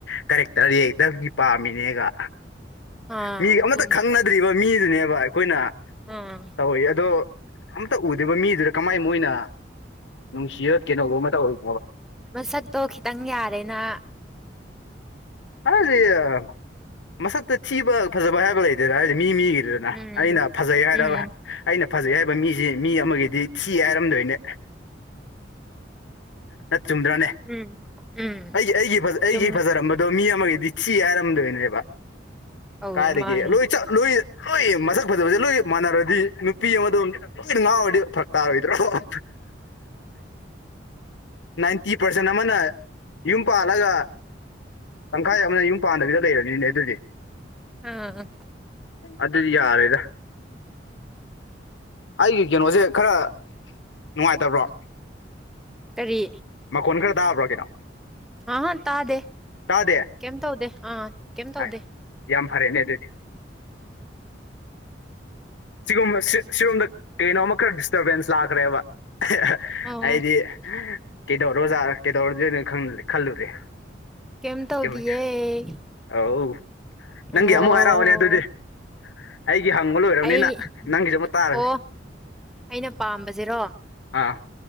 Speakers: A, on the left; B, in the centre.
A: ꯀꯦꯔꯦꯛꯇꯔ ꯌꯦꯡꯗꯕꯒꯤ ꯄꯥꯝꯃꯤꯅꯦꯒ
B: ꯑꯥ
A: ꯃꯤ
B: ꯑꯗꯨꯅꯦ
A: ꯑꯃꯇ ꯈꯪꯅꯗ꯭ꯔꯤꯕ ꯃꯤꯗꯨꯅꯦꯕ ꯑꯩꯈꯣꯏꯅ
B: ꯑꯥ
A: ꯇꯧꯋꯤ ꯑꯗꯣ ꯑꯝꯇ ꯎꯗ꯭ꯔꯤꯕ ꯃꯤꯗꯨꯗ ꯀꯃꯥꯏ ꯃꯣꯏꯅ ꯅꯨꯡꯁꯤꯔ ꯀꯩꯅꯣ ꯒꯨꯝꯕ ꯇꯧꯋꯤ
B: ꯃꯁꯛꯇꯣ ꯈꯤꯇꯪ ꯌꯥꯔꯦꯅꯥ
A: ꯑꯥꯔꯦ ꯌꯥ ꯃꯁꯛꯇ ꯊꯤꯕ ꯐꯖꯕ ꯍꯥꯏꯕ ꯂꯩꯇꯦꯗ ꯍꯥꯏꯗꯤ ꯃꯤ ꯃꯤꯒꯤꯗꯅ
B: ꯎꯝ
A: ꯑꯩꯅ ꯐꯖꯩ ꯍꯥꯏꯔ
B: ꯎꯝ
A: ꯑꯩꯅ ꯐꯖꯩ ꯍꯥꯏ ꯕ ꯃꯤꯁꯤ ꯃꯤ ꯑꯃꯒꯤꯗꯤ ꯊꯤ ꯍꯥꯏꯔꯝꯗꯣꯏꯅꯦ ꯅꯠ ꯆꯨꯝꯗ꯭ꯔꯅꯦ
B: ꯎꯝ ꯎꯝ
A: ꯑꯩꯒꯤ ꯑꯩꯒꯤ ꯑꯩꯒꯤ
B: ꯆꯨꯝꯃꯦ
A: ꯐꯖꯔꯝꯕꯗꯣ ꯃꯤ ꯑꯃ ꯑꯃꯒꯤꯗꯤ ꯊꯤ ꯍꯥꯏꯔꯝꯗꯣꯏꯅꯦꯕ
B: ꯑꯧ
A: ꯀꯥꯏꯗꯒꯤ
B: ꯃꯥꯅꯦ
A: ꯂꯣꯏ ꯆ ꯂꯣꯏ ꯍꯣꯏ ꯃꯁꯛ ꯐꯖꯕꯁꯦ ꯂꯣꯏ ꯃꯥꯟꯅꯔꯗꯤ ꯅꯨꯄꯤ ꯑꯃꯗꯣ ꯂꯣꯏꯅ ꯉꯥꯎꯔꯗꯤ ꯐꯔꯛ ꯇꯥꯔꯣꯏꯗ꯭ꯔꯣ ꯍꯍ ꯅꯥꯏꯟꯇꯤ ꯄꯔꯁꯦꯟ ꯑꯃꯅ ꯌꯨꯝ ꯄꯥꯜꯂꯒ ꯇꯪꯈꯥꯏ ꯑꯃꯅ ꯌꯨꯝ ꯄꯥꯟꯗꯕꯤꯗ ꯂꯩꯔꯅꯤꯅꯦ ꯑꯗꯨꯢꯗꯤ
B: ꯑꯥ
A: ꯑꯗꯨꯗꯤ ꯌꯥꯔꯦꯗ
B: <inaudible>
A: ꯑꯩꯒꯤ ꯀꯩꯅꯣꯁꯦ ꯈꯔ ꯅꯨꯡꯉꯥꯏꯇꯕ꯭ꯔꯣ
B: ꯀꯔꯤ
A: ꯃꯈꯣꯟ ꯈꯔ ꯇꯥꯕ꯭ꯔꯥ ꯀꯩꯅꯣ
B: ꯑꯥꯍ ꯇꯥꯗꯦ
A: ꯇꯥꯗꯦ
B: ꯀꯩꯝ ꯇꯧꯗꯦ ꯑꯥ ꯀꯩꯝ ꯇꯧꯗꯦ
A: ꯑꯥꯏ ꯌꯥꯝ ꯐꯔꯦꯅꯦ ꯑꯗꯨꯗꯤ ꯁꯤꯒꯨꯝꯕ ꯁꯤ ꯁꯤꯔꯣꯝꯗ ꯀꯩꯅꯣꯃ ꯈꯔ ꯗꯤꯁꯇꯔꯕꯦꯟꯁ ꯂꯥꯛꯈ꯭ꯔꯦꯕ ꯑꯍꯍ
B: ꯑꯣ
A: ꯑꯩꯗꯤ ꯀꯩꯗꯧꯔꯣꯖꯥ ꯀꯩꯗꯧꯔꯗꯣꯏ ꯈꯟ ꯈꯜꯂꯨꯔꯦ
B: ꯀꯩꯝ ꯇꯧꯗꯤꯌꯦ
A: ꯀꯦꯃ ꯑꯧ ꯅꯪꯒꯤ
B: ꯑꯣ
A: ꯑꯃꯨꯛ ꯍꯥꯏꯔꯛꯑꯣꯅꯦ ꯑꯗꯨꯗꯤ ꯑꯩꯒꯤ ꯍꯪꯕ ꯂꯣꯏꯔꯕꯅꯤꯅ
B: ꯑꯩ
A: ꯅꯪꯒꯤꯁꯨ ꯑꯃ ꯇꯥꯔꯦ
B: ꯑꯣ ꯑꯩꯅ ꯄꯥꯝꯕꯁꯤꯔꯣ
A: ꯑꯥ